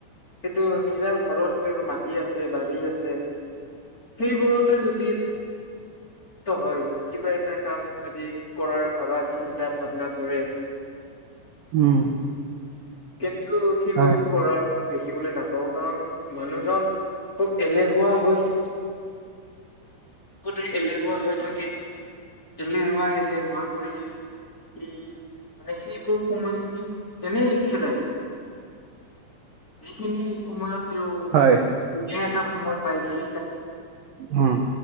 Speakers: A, on the left; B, on the right.
A: সেইটো নিজা ঘৰত তেওঁৰ মাটি আছে। বাৰী আছে। সেইবোৰতে যদি হয় কিবা এটা কাম যদি কৰাৰ ভাবা চিন্তা ভাৱনা কৰে
B: উম
A: কিন্তু সেইবোৰ
B: হয়,
A: কৰাৰ দেখিবলৈ নাপাওঁ কাৰণ মানুহজন খুব এলেহুৱা হৈ গোটেই এলেহুৱা হৈ থাকে এলেহুৱা এলেহুৱা কৰি উম মানে সেইবোৰ সময়খিনি এনেই খেদায় যিখিনি সময়ত তেওঁ
B: হয়
A: সুকিয়া এটা সময় পাইছে
B: উম